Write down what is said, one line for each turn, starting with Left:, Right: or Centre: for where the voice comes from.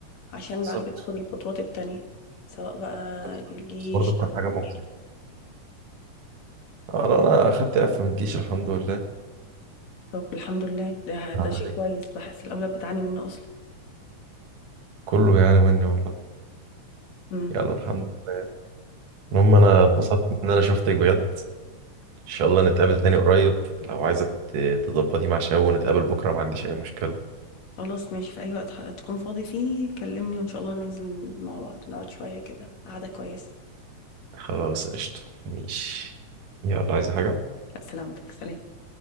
Left: عشان
Right: بالظبط
Left: بعد كده تاخد الخطوات التانية سواء بقى
Right: بالظبط.
Left: الجيش
Right: بس برضه تكون
Left: او
Right: حاجة ممكن
Left: غيره.
Right: أنا أنا أخدت إعفاء من الجيش الحمد لله
Left: طب الحمد لله ده ده
Right: آه،
Left: شيء كويس بحس الاولاد بتعاني منه اصلا
Right: كله يعني مني والله
Left: امم
Right: يلا الحمد لله المهم أنا اتبسطت إن أنا شفتك بجد شاء الله نتقابل تاني قريب لو عايزة ت- تظبطي مع شباب ونتقابل بكرة ما عنديش أي مشكلة
Left: خلاص ماشي في أي وقت ه- تكون فاضي فيه كلمني وإن شاء الله ننزل مع بعض نقعد شوية كده قعدة كويسة
Right: خلاص قشطة ماشي يلا عايزة حاجة
Left: لا سلامتك سلام